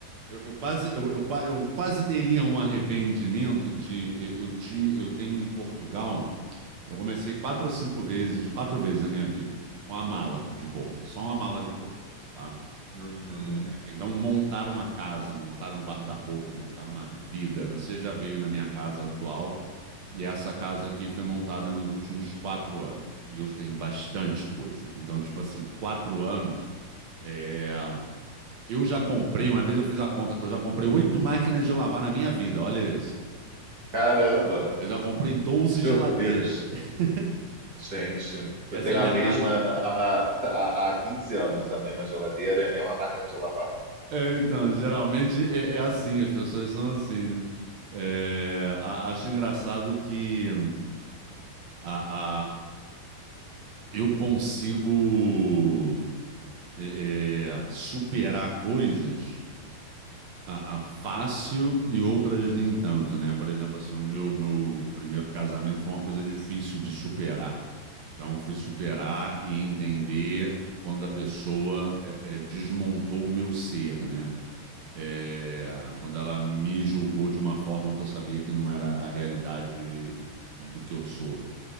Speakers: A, on the right (about 60°); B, on the right (about 35°).
A: eu, eu quase, eu, eu qua- eu quase teria um arrependimento de eu, eu ti- eu tenho em Portugal, eu comecei quatro ou cinco vezes, quatro vezes na minha vida, com a mala de roupa, só uma mala de roupa, tá?
B: Uhum.
A: Então, montar uma casa, montar um guarda-roupa, montar uma vida. Você já veio na minha casa atual e essa casa aqui foi montada nos últimos quatro anos. E eu tenho bastante coisa. Então, tipo assim, quatro anos. é, Eu já comprei, uma vez eu fiz a conta que eu já comprei oito máquinas de lavar na minha vida. Olha isso.
B: Caramba,
A: Eu já comprei doze geladeiras.
B: meu Deus.
A: <laughs>
B: Gente,
A: Essa
B: eu tenho
A: é a minha
B: a mesma
A: casa.
B: há, há, há 15 anos, a mesma geladeira e a mesma máquina de lavar.
A: É, então, geralmente é, é assim, as pessoas são assim, né? É, a- acho engraçado que a, a- eu consigo é, é, superar coisas a, a fácil e outras nem tanto, né? Por exemplo, assim, o meu, meu primeiro casamento foi uma coisa difícil de superar. Então, eu fui superar e entender quando a pessoa é, é, desmontou o meu ser, né? É, quando ela me julgou de uma forma que eu sabia que não era a realidade do que eu sou.